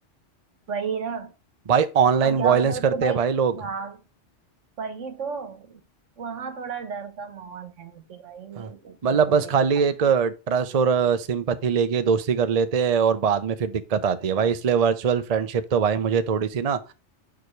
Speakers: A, on the right; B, on the right.
A: वही ना
B: भाई ऑनलाइन
A: और क्या
B: वायलेंस
A: पता
B: करते
A: उसको
B: हैं
A: भाई
B: भाई
A: क्या
B: लोग
A: वही तो वहां थोड़ा डर का माहौल है कि भाई
B: हाँ
A: कोई
B: मतलब
A: कुछ
B: बस
A: भी
B: खाली
A: कर सकता
B: एक
A: है
B: ट्रस्ट और सिंपथी लेके दोस्ती कर लेते हैं और बाद में फिर दिक्कत आती
A: हम्म
B: है भाई इसलिए वर्चुअल फ्रेंडशिप तो भाई मुझे थोड़ी सी ना अ,